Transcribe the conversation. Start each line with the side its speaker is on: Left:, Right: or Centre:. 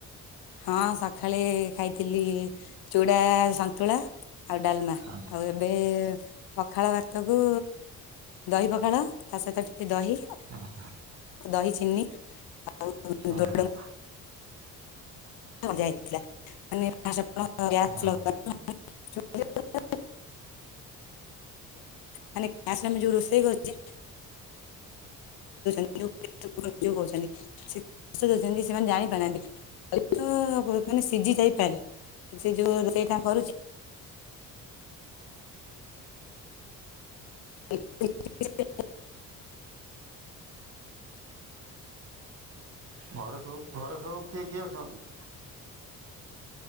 Left: ହଁ ସକାଳେ ଖାଇଥିଲି ଚୁଡ଼ା ସନ୍ତୁଳା ଆଉ ଡାଲ୍ମା।
Right: ହଁ
Left: ଆଉ ଏବେ ପଖାଳ ଭାତକୁ ଦହି ପଖାଳ। ତା ସହିତ ଟିକେ ଦହି।
Right: ଓହୋ।
Left: ଦହି ଚିନି ଆଉ <unintelligible>
Right: ହଁ ହଁ
Left: ମଜା ହେଇଥିଲା। <unintelligible>
Right: ହଁ
Left: <unintelligible> <unintelligible> ମାନେ ଗ୍ୟାସରେ ଆମେ ଯଉ ରୋଷେଇ କରୁଛେ <unintelligible> <unintelligible> ସେମାନେ ଜାଣି ପାରୁନାହାନ୍ତି। ତ ମାନେ ସିଝି ଯାଇପାରେ। ସେ ଯୋଉ ସେଇଟା କଣ କରୁଛି? <unintelligible>
Right: ଘରେ ସବୁ ଘରେ ସବୁ କିଏ କିଏ ଅଛନ୍ତି?